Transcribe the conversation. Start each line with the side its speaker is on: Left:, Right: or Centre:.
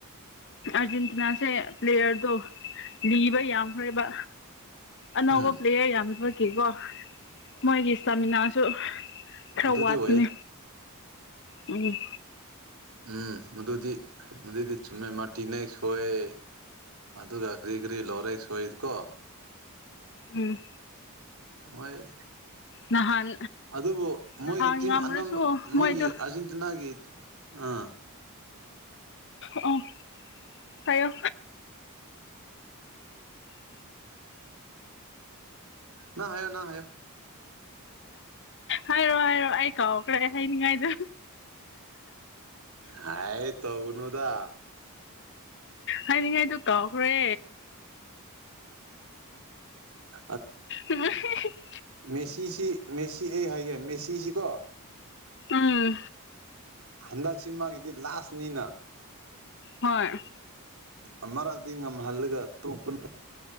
Left: ꯑꯔꯖꯦꯟꯇꯤꯅꯥꯁꯦ ꯄ꯭ꯂꯦꯌꯔꯗꯣ ꯂꯤꯕ ꯌꯥꯝꯈ꯭ꯔꯦꯕ ꯑꯅꯧꯕ
Right: ꯎꯝ
Left: ꯄ꯭ꯂꯦꯌꯔ ꯌꯥꯝ ꯊꯣꯛꯈꯤꯀꯣ ꯃꯣꯏꯒꯤ ꯏꯁꯇꯥꯃꯤꯅꯥꯁꯨ ꯈꯔ
Right: ꯑꯗꯨꯗꯤ
Left: ꯋꯥꯠꯄꯅꯤ
Right: ꯑꯣꯏꯌꯦ
Left: ꯎꯝ
Right: ꯎꯝ ꯃꯗꯨꯗꯤ ꯃꯗꯨꯏꯗꯤ ꯆꯨꯝꯃꯦ ꯃꯥꯇꯤꯅꯦꯦꯛ ꯁꯣꯏ ꯑꯗꯨꯒ ꯀꯔꯤ ꯀꯔꯤ ꯂꯧꯔꯦꯛ ꯁꯣꯏꯗꯤꯀꯣ
Left: ꯎꯝ
Right: ꯍꯣꯏ
Left: ꯅꯍꯥꯟ
Right: ꯑꯗꯨꯕꯨ ꯃꯣꯏꯒꯤ
Left: ꯅꯍꯥꯟ
Right: ꯇꯤꯝ
Left: ꯉꯝꯔꯁꯨ
Right: ꯑꯅꯝꯕ ꯃꯣꯏꯒꯤ
Left: ꯃꯣꯏꯗꯣ
Right: ꯑꯥꯔꯖꯦꯟꯇꯤꯅꯥꯒꯤ ꯑꯥ
Left: ꯑꯣ ꯍꯥꯏꯌꯣ
Right: ꯍꯥꯏꯌꯣ ꯍꯥꯏꯌꯣ
Left: ꯍꯥꯏꯔꯣ ꯍꯥꯏꯔꯣ ꯑꯩ ꯀꯥꯎꯈ꯭ꯔꯦ ꯍꯥꯏꯅꯤꯡꯉꯥꯏꯗ
Right: ꯍꯥꯏ ꯇꯧꯅꯨꯗ
Left: ꯍꯥꯏꯅꯤꯡꯉꯥꯏꯗꯨ ꯀꯥꯎꯈ꯭ꯔꯦ
Right: ꯑꯗꯨ <unintelligible> <inaudible>
Left: ꯑ <unintelligible> <inaudible>
Right: ꯃꯦꯁꯤꯁꯤ ꯃꯦꯁꯤ ꯑꯩ ꯍꯥꯏꯒꯦ ꯃꯦꯁꯤꯁꯤ ꯀꯣ
Left: ꯑꯥ
Right: ꯍꯟꯗꯛꯁꯤ ꯃꯥꯒꯤꯗꯤ ꯂꯥꯁꯅꯤꯅ
Left: ꯍꯣꯏ
Right: ꯑꯃꯛꯗꯤ ꯉꯝꯍꯜꯂꯒꯇꯣꯞꯄꯅ